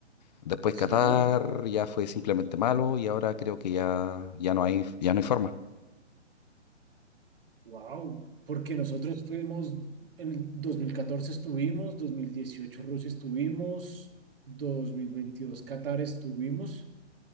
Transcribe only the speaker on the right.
Sí.
Wow, porque nosotros fuimos, en el 2014 estuvimos, 2018 Rusia estuvimos, 2022 Qatar estuvimos.